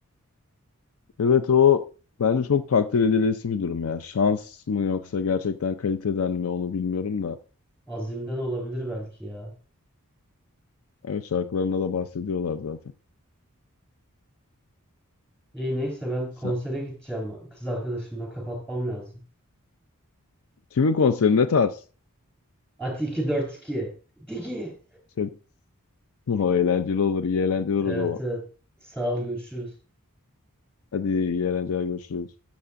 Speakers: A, on the left (about 65°); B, in the centre.
A: Evet o bence çok takdir edilesi bir durum ya. Şans mı yoksa gerçekten kaliteden mi onu bilmiyorum da.
B: Azimden olabilir belki ya.
A: Evet şarkılarında da bahsediyorlar zaten.
B: İyi neyse ben konsere
A: Sen,
B: gideceğim. Kız arkadaşımla kapatmam lazım.
A: kimin konseri ne tarz?
B: Ati 242. Digi.
A: Şey, <laughs> o eğlenceli olur. iyi eğlenceler
B: Evet
A: o zaman.
B: evet. Sağ ol görüşürüz.
A: Hadi iyi eğlenceler görüşürüz.